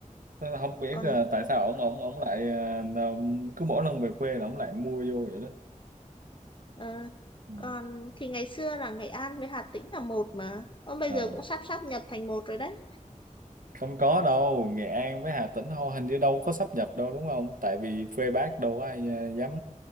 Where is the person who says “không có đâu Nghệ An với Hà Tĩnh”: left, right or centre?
Right